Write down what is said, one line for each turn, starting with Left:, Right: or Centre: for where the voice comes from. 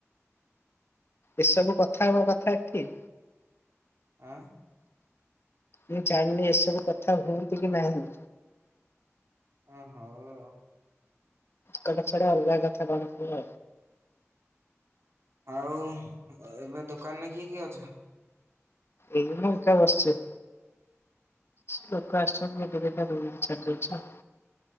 Left: ଏସବୁ କଥା ହବା କଥା ଏଠି।
Right: ଆଁ
Left: ମୁଁ ଜାଣିନି ଏସବୁ କଥା ହୁଅନ୍ତି କି ନାହିଁ।
Right: ହଁ ହଉ ଆଉ।
Left: କଡ଼ ଛାଡ ଅଲଗା କଥା କଣ କୁହ?
Right: ଆଉ ଏବେ ଦୋକାନରେ କିଏ କିଏ ଅଛ?
Left: ଏଇ ମୁଁ ଏକା ବସିଛି। ଲୋକ ଆସିୁଛନ୍ତି ଏବେତ ଦୁଇ ଚାର ଦୁଇ ଛ।